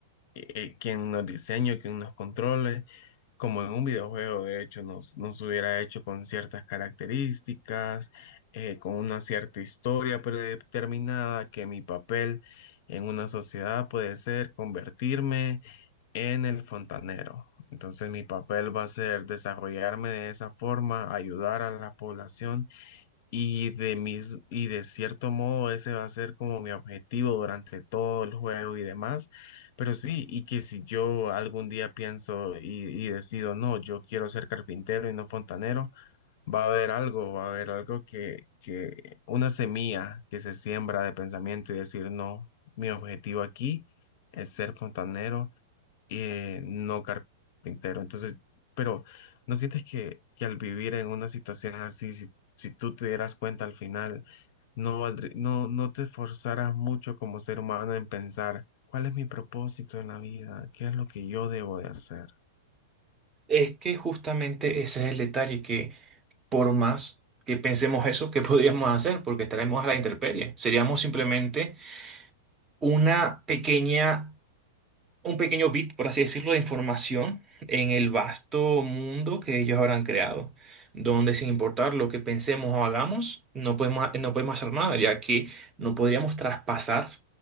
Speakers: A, on the left (about 50°); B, on the right (about 20°).
A: eh, eh, quien nos diseñe, quien nos controle, como en un videojuego, de hecho, nos, nos hubiera hecho con ciertas características, eh, con una cierta historia predeterminada, que mi papel en una sociedad puede ser convertirme en el fontanero. Entonces mi papel va a ser desarrollarme de esa forma, ayudar a la población y de mis, y de cierto modo ese va a ser como mi objetivo durante todo el juego y demás. Pero sí, y que si yo algún día pienso y, y decido, no, yo quiero ser carpintero y no fontanero, va a haber algo, va a haber algo que, que una semilla que se siembra de pensamiento y decir, no, mi objetivo aquí es ser fontanero eh, no carpintero. Entonces, pero ¿no sientes que, que al vivir en una situación así, si, si tú te dieras cuenta al final, no, valdrí- no, no te esforzaras mucho como ser humano en pensar cuál es mi propósito en la vida, qué es lo que yo debo de hacer?
B: Es que justamente ese es el detalle, que por más que pensemos eso, ¿qué <laughs> podríamos hacer? Porque estaremos a la intemperie. Seríamos simplemente una pequeña, un pequeño bit, por así decirlo, de información en el vasto mundo que ellos habrán creado, donde sin importar lo que pensemos o hagamos, no podemos, no podemos hacer nada, ya que no podríamos traspasar